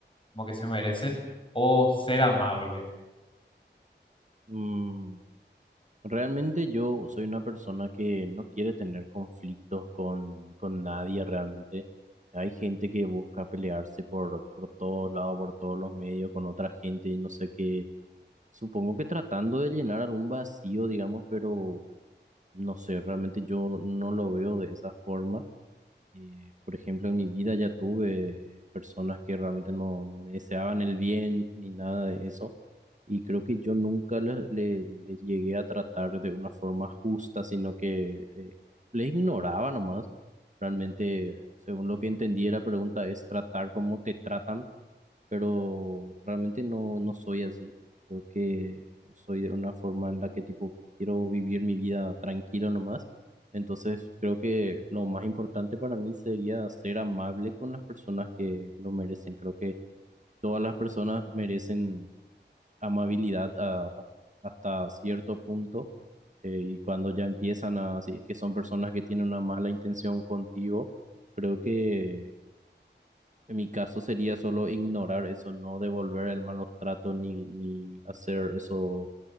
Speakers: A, on the left; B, on the right.
A: como que se merecen o ser amable.
B: Mm, realmente yo soy una persona que no quiere tener conflictos con, con nadie realmente. Hay gente que busca pelearse por, por todos lados, por todos los medios, con otra gente, y no sé qué. Supongo que tratando de llenar algún vacío, digamos, pero no sé, realmente yo no lo veo de esa forma. Eh, por ejemplo, en mi vida ya tuve eh, personas que realmente no, no me deseaban el bien ni nada de eso. Y creo que yo nunca le- le- les llegué a tratar de una forma justa, sino que eh, les ignoraba nomás. Realmente, según lo que entendí, la pregunta es tratar como te tratan pero realmente no, no soy así. Creo que yo soy de una forma en la que tipo quiero vivir mi vida tranquilo nomás. Entonces creo que lo más importante para mí sería ser amable con las personas que lo merecen. Creo que todas las personas merecen amabilidad a- hasta cierto punto. eh, y cuando ya empiezan a, si es que son personas que tienen una mala intención contigo, creo que en mi caso sería solo ignorar eso, no devolver el malos trato ni, ni hacer eso